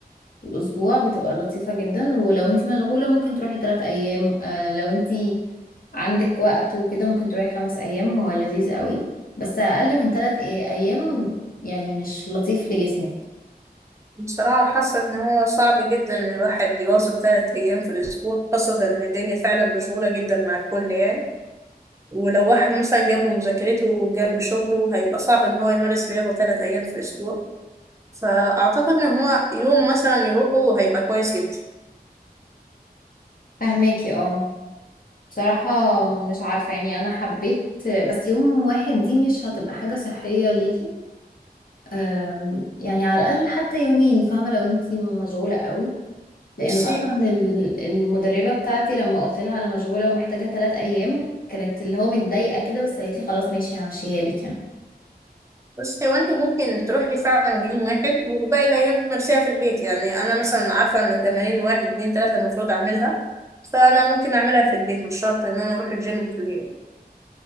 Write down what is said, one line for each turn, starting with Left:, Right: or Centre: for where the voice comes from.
Left: في الاسبوع بتبقى لطيفة جدا ولو انت مشغولة ممكن تروحي ثلاث ايام آه لو انت عندك وقت وكده ممكن تروحي خمس ايام هو لذيذ قوي بس اقل من ثلاث ايام يعني مش لطيف لجسمك
Right: بصراحة حاسة ان هو صعب جدا ان الواحد يواظب ثلاث ايام في الاسبوع خاصة ان الدنيا فعلا مشغولة جدا مع الكل يعني ولو واحد مثلا جنب مذاكرته وجنب شغله هيبقى صعب ان هو يمارس رياضة ثلاث ايام في الاسبوع فأعتقد إن هو يوم مثلا يروحوا هيبقى كويس جدا
Left: فهماكي اه بصراحة مش عارفة يعني أنا حبيت بس يوم واحد دي مش هتبقى حاجة صحية ليكي أم، يعني على الأقل حتى يومين فاهمة لو انتي مشغولة قوي لأن
Right: بصي
Left: أصلا ال- المدربة بتاعتي لما قلت لها أنا مشغولة ومحتاجة تلات أيام كانت اللي هو متضايقة كده بس قالت لي خلاص ماشي همشيها لك يعني
Right: بصي هو انت ممكن تروحي فعلا يوم واحد وباقي الأيام تمارسيها في البيت يعني أنا مثلا عارفة إن تمارين واحد اتنين تلاتة المفروض أعملها فأنا ممكن أعملها في البيت مش شرط إن أنا أروح الجيم كل يوم